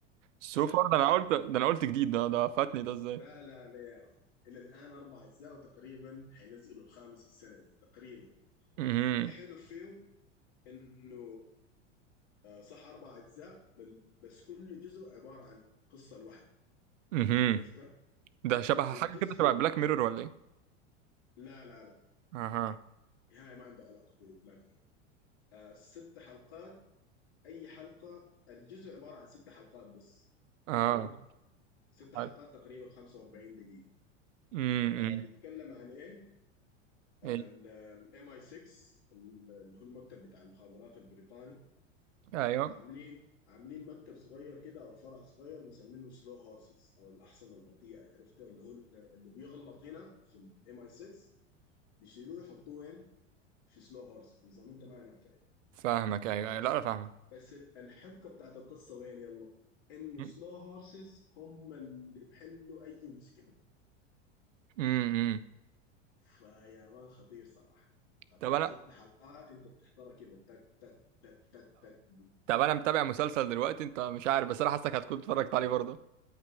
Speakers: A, on the right (about 75°); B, on the left (about 55°).
A: سوفا
B: الى الان
A: ده انا قلت ده انا قلت جديد ده ده فاتني ده ازاي
B: لا لا لا يا مان. الى الان اربع اجزاء وتقريبا حينزلوا الخامس السنه دي تقريبا
A: امم
B: الحلو فيه انه آه صح اربع اجزاء بل بس كل جزء عباره عن قصه لوحده
A: امم
B: عرفتها
A: ده شبه
B: والجزء
A: حاجه كده شبه بلاك ميرور ولا ايه
B: لا لا لا
A: اها
B: نهائي ما عنده علاقه ببلاك ميرور آه ست حلقات اي حلقه الجزء عباره عن ست حلقات بس
A: اه
B: فهمت ست
A: حلو.
B: حلقات تقريبا 45 دقيقة
A: امم
B: آه بيتكلم عن ايه؟ الام
A: ايه
B: اي 6 اللي هو المكتب بتاع المخابرات البريطاني
A: ايوه
B: عاملين عاملين مكتب صغير كده او فرع صغير مسمينه سلو هورسز او الاحصنه البطيئه عرفته اللي هو اللي بيغلط هنا في الام اي 6 بيشيلوه يحطوه وين؟ في سلو هورسز نظام انت ما نافع يعني
A: فاهمك ايوه ايوه لا انا فاهمك
B: بس ال- الحبكه بتاعت القصه وين يلا؟ انه
A: امم
B: سلو هورسز هم اللي بحلوا اي مشكله
A: إمم، إمم.
B: فيا مان خطير صراحة خطير
A: طب انا
B: ست حلقات انت بتحضرها كده تك تك تك تك تك
A: طب انا متابع مسلسل دلوقتي انت مش عارف بس انا حاسسك هتكون اتفرجت عليه برضه